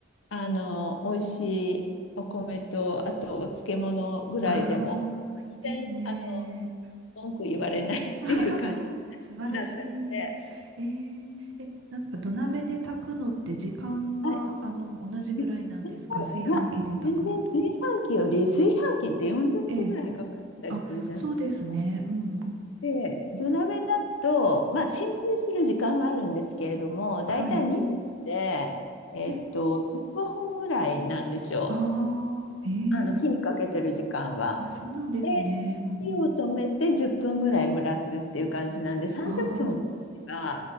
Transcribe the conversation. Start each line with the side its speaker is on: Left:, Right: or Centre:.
Left: あの、美味しいお米と、あとお漬物ぐらいでも、
Right: ああ、いいですね。
Left: 全然、あの、文句言われないっていう感じに
Right: <laughs> 素晴らしい。
Left: なったので、
Right: えー、え、なんか土鍋で炊くのって時間は、
Left: はい。
Right: あの、同じぐらいなんですか炊飯器で炊くのと。
Left: いいや、全然炊飯器より、炊飯器って40分ぐらいかかったりするじゃないですか。
Right: ええ。あ、そうですね。うん。
Left: で、土鍋だと、まあ、浸水する時間はあるんですけれども、だいたい2分で、
Right: はい。
Left: えっと、
Right: え、
Left: 15分ぐらいなんですよ。
Right: ああ、ええ。
Left: あの、火にかけてる時間は。
Right: あ、そうなんですね。
Left: で、
Right: うん。
Left: 火を止めて10分ぐらい蒸らすっていう感じなんで、30分あれば、
Right: あ